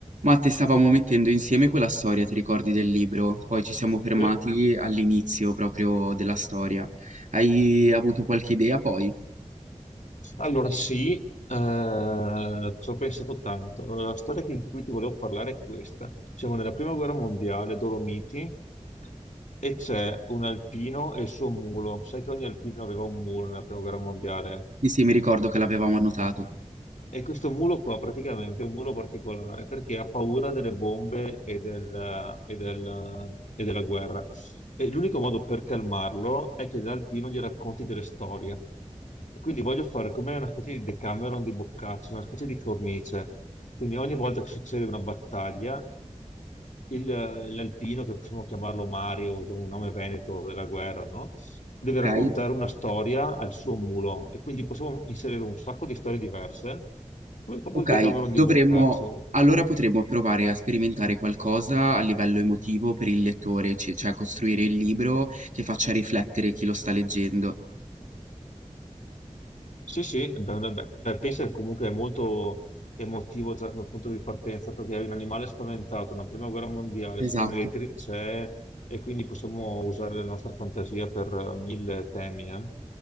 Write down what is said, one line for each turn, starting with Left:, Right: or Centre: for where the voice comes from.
Right: Matte, stavamo mettendo insieme quella storia, ti ricordi del libro? Poi ci siamo fermati
Left: Eh,
Right: all'inizio proprio della storia. Hai avuto qualche idea poi?
Left: Allora, sì, eh, ci ho pensato tanto. Allora, la storia che- in cui ti volevo parlare è questa. Siamo nella prima guerra mondiale, Dolomiti, e c'è un alpino e il suo mulo. Sai che ogni alpino aveva un mulo nella prima guerra mondiale?
Right: Sì, sì, mi ricordo che l'avevamo annotato.
Left: E questo mulo qua praticamente è un mulo particolare perché ha paura delle bombe e, del- e del- e della guerra. E l'unico modo per calmarlo è che l'alpino gli racconti delle storie. E quindi voglio fare come una specie di Decameron di Boccaccio, una specie di cornice. Quindi ogni volta che succede una battaglia, il- l'alpino, che possiamo chiamarlo Mario, insomma, un nome veneto della guerra, no? Deve
Right: Ok?
Left: raccontare una storia al suo mulo e quindi possiamo inserire un sacco di storie diverse, come proprio
Right: Ok,
Left: il Decameron di
Right: dovremmo...
Left: Boccaccio.
Right: Allora potremmo provare a sperimentare qualcosa a livello emotivo per il lettore, ci- cioè costruire il libro che faccia riflettere chi lo sta leggendo.
Left: Sì, sì, beh, beh, beh, beh, penso che comunque è molto emotivo già come punto di partenza, perché è un animale spaventato, una prima guerra mondiale, siamo
Right: Esatto.
Left: nelle trincee e quindi possiamo usare la nostra fantasia per eh, mille temi. eh.